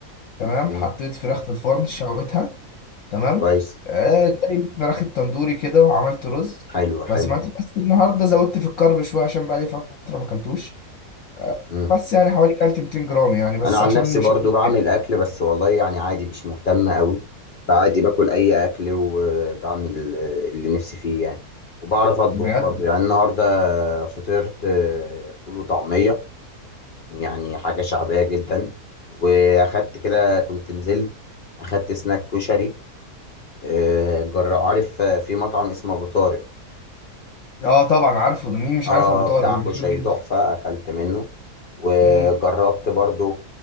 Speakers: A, on the left (about 60°); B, on the left (about 80°).
A: تمام
B: مم.
A: حطيت فراخ في الفرن شويتها تمام
B: كويس
A: آه زي الفراخ التندوري كده وعملت رز
B: حلو حلو
A: بسمتي بس النهارده زودت في الكرب شويه عشان بقالي فتره ما اكلتش آه
B: مم.
A: بس يعني حوالي كلت 200 جرام يعني بس
B: انا عن
A: عشان
B: نفسي
A: مش
B: برضو
A: هاكل
B: بعمل
A: تاني.
B: اكل بس والله يعني عادي مش مهتم قوي عادي باكل اي اكل وبعمل اللي نفسي فيه يعني وبعرف اطبخ
A: بجد
B: برضو يعني النهارده فطرت آه، فول وطعميه يعني حاجه شعبيه جدا واخدت كده كنت نزلت اخدت سناك كشري آه، جر عارف آه، في مطعم اسمه ابو طارق
A: اه طبعا عارفه ده مين مش
B: اه
A: عارف ابو طارق
B: بتاع
A: ده
B: كشري
A: مشهور جدا
B: تحفه اكلت منه وجربت
A: امم
B: برضو